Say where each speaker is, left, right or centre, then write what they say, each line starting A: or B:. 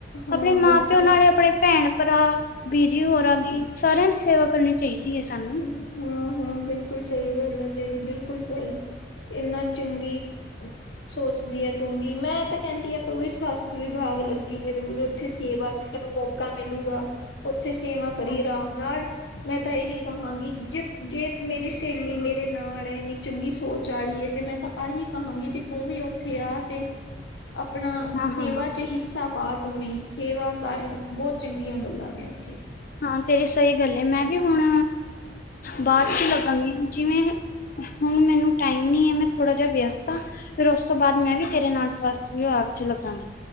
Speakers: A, on the left; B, on the left.
A: ਹਾਂ
B: ਅਪਣੇ ਮਾਂ-ਪੇਓ
A: ਬਿਲਕੁਲ
B: ਨਾਲੇ ਅਪਣੇ ਭੈਣ-ਭਰਾ ਬੀਜੀ ਹੋਰਾਂ ਦੀ ਸਾਰੇਆਂ ਦੀ ਸੇਵਾ ਕਰਨੀ ਚਾਈਦੀ ਏ ਸਾਨੂੰ।
A: ਹਾਂ-ਹਾਂ, ਬਿਲਕੁਲ ਸਈ ਗਾੱਲ ਐ ਤੇਰੀ ਬਿਲਕੁਲ ਸਈ, ਇੰਨਾ ਚੰਗੀ ਸੋਚਦੀ ਏ ਤੂੰ ਵੀ, ਮੈਂ ਤਾਂ ਕੈਂਦੀ ਆ ਤੂੰ ਵੀ ਸਵਾਸਥ ਵਿਭਾਗ ਲੱਗੀ, ਜਦੋਂ ਵੀ ਉੱਥੇ ਸੇਵਾ <unintelligible> ਕਾ ਮਿਲੂਗਾ, ਉੱਥੇ ਸੇਵਾ ਕਰੀਂ
B: ਹਾਂ
A: ਰਾਮ ਨਾਲ, ਮੈਂ ਤਾਂ ਏਹੀ ਕਹਾਂਗੀ, ਜਿਤ, ਜੇਤ ਮੇਰੀ ਸ੍ਹੇਲੀ ਮੇਰੇ ਨਾਲ ਨਾੜ ਏਨੀ ਚੰਗੀ ਸੋਚ ਆੜੀ ਏ, ਤੇ ਮੈਂ ਤਾਂ ਆਹੀ ਕਹਾਂਗੀ, ਵੀ ਤੂੰ ਵੀ ਉੱਥੇ ਆ ਤੇ ਅਪਣਾ ਸੇਵਾ
B: ਹਾਂ
A: ਚ ਹਿੱਸਾ ਪਾ ਤੂੰ ਵੀ ਸੇਵਾ ਕਾਰ, ਬੋਤ ਚੰਗੀਆਂ ਗੱਲਾਂ ਨੇ ਉੱਥੇ।
B: ਹਾਂ ਤੇਰੀ ਸਈ ਗੱਲ ਏ, ਮੈਂ ਵੀ ਹੁਣ ਬਾਦ ਚ ਲੱਗਾਂਗੀ ਜਿਵੇਂ ਹੁਣ ਮੈਨੂੰ ਟਾਈਮ ਨੀ ਐ, ਮੈਂ ਥੋੜਾ ਜਾ ਵੇਅਸਤ ਆਂ। ਫੇਰ ਉਸ ਤੋਂ ਬਾਦ ਮੈਂ ਵੀ ਤੇਰੇ ਨਾਲ ਸਵੱਸਥ ਵਿਭਾਗ ਚ ਲੱਗਾਂਗੀ।